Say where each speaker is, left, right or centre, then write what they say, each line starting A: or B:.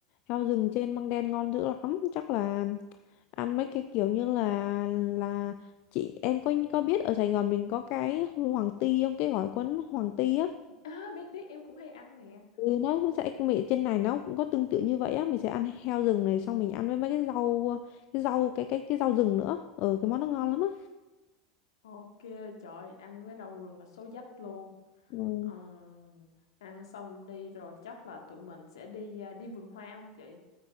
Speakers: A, on the left; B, on the left.
A: Heo rừng trên Măng Đen ngon dữ lắm, chắc là ăn mấy cái kiểu như là là chị em có có biết ở Sài Gòn mình có cái hoàng ti không? Cái gỏi cuốn hoàng ti á.
B: à, biết biết em cũng hay ăn nè.
A: Ừ, nó sẽ mì trên này nó cũng có tương tự như vậy á mình sẽ ăn heo rừng này xong mình ăn với mấy cái rau cái rau cái cái cái rau rừng nữa ừ cái món nó ngon lắm á
B: Ok, trời ăn với rau rừng là số dách luôn.
A: ừ.
B: Ừm, ăn xong đi rồi chắc là tụi mình sẽ đi à, đi vườn hoa không chị?